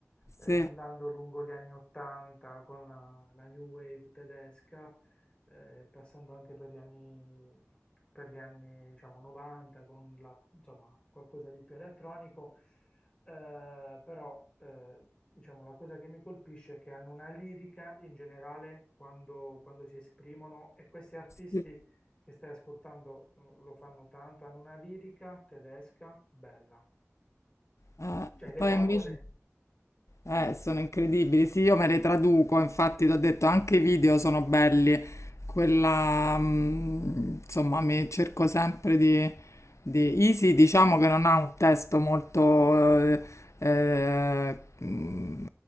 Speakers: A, on the left (about 20°); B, on the left (about 75°).
A: eh,
B: Sì,
A: andando lungo gli anni 80 con la, la new wave tedesca, eh, passando anche per gli anni, per gli anni diciamo, 90 con la, insomma, qualcosa di più elettronico, eh, però eh, diciamo, la cosa che mi colpisce è che hanno una lirica in generale quando, quando si esprimono e questi artisti
B: sì.
A: che stai ascoltando mm, lo fanno tanto, hanno una lirica tedesca bella,
B: Eh,
A: cioè le
B: poi
A: parole.
B: invece... Eh, sono incredibili. Sì, io me le traduco, infatti, ti ho detto anche i video sono belli. Quella, mm, insomma, mi cerco sempre di, di Easy, diciamo che non ha un testo molto, eh, eh, mh,